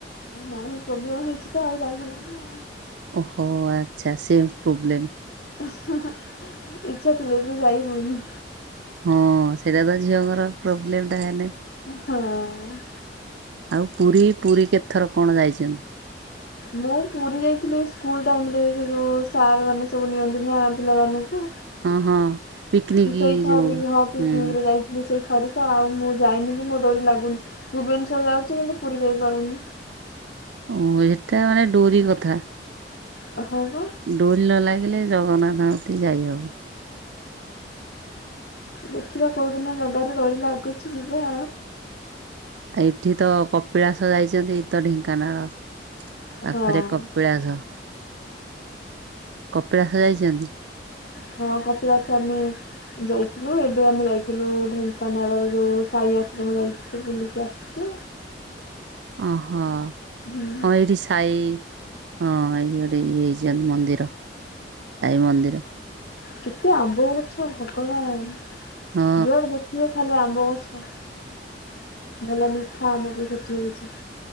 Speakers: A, on the left; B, on the right.
A: ଅ, ନାଇଁ ପ୍ରୋବ୍ଲେମ୍ ହେଇଛି ତ ଆଉ ଯାଇହେଲାନି।
B: ଓହୋ! ଆଚ୍ଛା ସେମ୍ ପ୍ରୋବ୍ଲେମ୍।
A: ଇଚ୍ଛା ଥିଲେ ବି ଯାଇ ହଉନି।
B: ହଁ ସେଇଟା ତ ଝିଅଙ୍କର ପ୍ରୋବ୍ଲେମ୍ ଟା ହେନେ
A: ଏ ହଁ।
B: ଆଉ ପୁରୀ ପୁରୀ କେତଥର କଣ ଯାଇଛନ୍ତି?
A: ମୁଁ ପୁରୀ ଯାଇଥିଲି ଏଇ ସ୍କୁଲ୍ ଟାଇମ୍ ରେ ସେ ଯୋଉ ସାର୍ ମାନେ ସବୁ ନିଅନ୍ତି ନା ପିଲାମାନ କୁ
B: ହଁ ହଁ ପିକନିକ
A: ମୁଁ ସେଇ ଥରେ
B: ଯୋଉ
A: ଯାହା ପିକନିକ୍
B: ହୁଁ
A: ରେ ଯାଇଥିଲି ସେଇ ଥରିକ ଆଉ ମୁଁ ଯାଇନି କି ମୋ ଡୋରି ଲାଗୁନି। ଭୁବନେଶ୍ଵର ଯାଉଚି କିନ୍ତୁ ପୁରୀ ଯାଇପାରୁନି।
B: ହଁ ଅଁ, ଏଟା ମାନେ ଡୋରି କଥା
A: ହଁ ବା
B: ଡୋରି ନ ଲାଗିଲେ ଜଗନ୍ନାଥଙ୍କ କତିକି ଯାଇହବନି।
A: ଦେଖିବା କେଉଁଦିନ ବଗାରେ ଡୋରି ଲାଗୁଛି ଯିବା।
B: ଏଇଠି ତ କପିଳାସ ଯାଇଛନ୍ତି ଏଇଠିତ ଢେଙ୍କାନାଳ। ପାଖରେ
A: ହଁ।
B: କପିଳାସ। କପିଳାଷ ଯାଇଛନ୍ତି?
A: ହଁ କପିଳାସ ଆମେ ଯାଇଥିଲୁ ଏବେ ଆମେ ଯାଇଥିଲୁ ଢେଙ୍କାନାଳ ଯୋଉ ସାଇ ଆଶ୍ରମ ଯାଇଥିଲୁ ବୁଲିକି ଆସିଛିୁ।
B: ହ ଓହୋ
A: ହୁଁ
B: ହଁ ଏଇଠି ସାାଇ ହଁ ଏଇଠି ଗୋଟେ ଇଏ ହେଇଛନ୍ତି ମନ୍ଦିର ସାଇ ମନ୍ଦିର।
A: କେତେ ଆମ୍ବ ଗଛ ଭଗବାନ
B: ହଁ
A: ଯୁଆଡ ଦେଖିବେ ଖାଲି ଆମ୍ବ ଗଛ ଭଲ ମିଠା ଆମ୍ବ ବି ସେଠି ହେଉଛି।